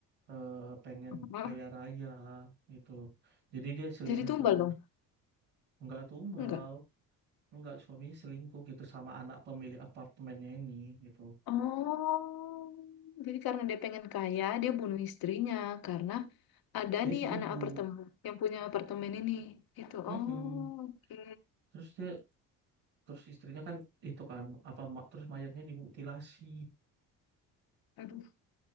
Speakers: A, on the right (about 90°); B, on the left (about 60°).
A: eh, pengen
B: Oh,
A: kaya raya gitu jadi dia selingkuh
B: jadi tumbal dong
A: nggak tumbal
B: enggak
A: nggak suaminya selingkuh gitu sama anak pemilik apartemennya ini gitu
B: oh jadi karena dia pengen kaya dia bunuh istrinya karena ada
A: dia
B: nih
A: selingkuh
B: anak apartemen yang punya apartemen ini gitu
A: Mm-mm.
B: oh oke
A: terus dia terus istrinya kan itu kan apa ma- terus mayatnya dimutilasi
B: aduh